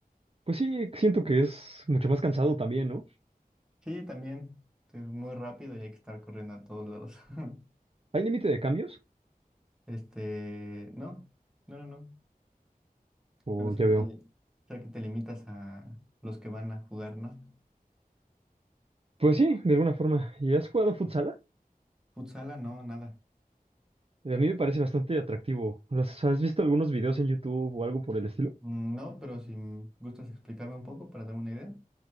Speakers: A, on the right; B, in the centre.
A: Pues sí, siento que es mucho más cansado también, ¿no?
B: Sí, también, es muy rápido y hay que estar corriendo a todos lados. <laughs>
A: ¿Hay límite de cambios?
B: Este, no, no, no, no.
A: O
B: Ahora sí
A: ya
B: que
A: veo.
B: te, li- o sea, que te limitas a los que van a jugar, ¿no?
A: Pues sí, de alguna forma. ¿Y has jugado futsala?
B: Futsala, no, nada.
A: Eh, A mí me parece bastante atractivo. ¿Las- ¿Has visto algunos videos en YouTube o algo por el estilo?
B: Mm, No, pero si m- gustas explicarme un poco para darme una idea.